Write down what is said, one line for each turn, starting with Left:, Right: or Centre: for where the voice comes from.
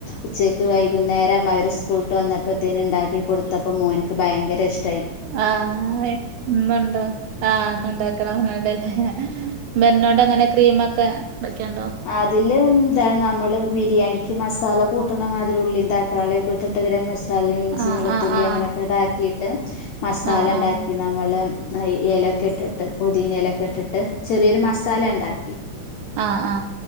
Left: ഉച്ചക്ക് വൈകുന്നേരം അവര് സ്കൂളൂട്ട് വ വന്നപ്പത്തേന് ഇണ്ടാക്കി കൊടുത്തപ്പോ മോന്ക്ക് ഭയങ്കര ഇഷ്ടം
Right: ആ ഇന്നുണ്ടോ ആഹ എന്നുണ്ടാക്കണം പറഞ്ഞണ്ടല്ലേ ബെന്നോണ്ടങ്ങനെ ക്രീമൊക്കെ വെക്കാണ്ടോ
Left: അതില് എന്താണ് നമ്മള് ബിരിയാണിക്ക് മസാല കൂട്ടണമാതിരി ഉള്ളിം തക്കാളിയൊക്കെ ഇട്ട്ട്ട് ഗരമസാല മസാല ഇഞ്ചി
Right: ആഹ്
Left: വെളുത്തുള്ളി
Right: ആഹ്
Left: അങ്ങനെക്കെ ഇതാക്കിയിട്ട് മസാല
Right: ആഹ്
Left: ഇണ്ടാക്കി
Right: ആഹ്
Left: നമ്മള് ആ എലൊക്കെ ഇട്ടിട്ട് പൊതീനലൊക്കെ ട്ടിട്ട് ചെറിയൊരു മസാല ഇണ്ടാക്കി
Right: അ ആ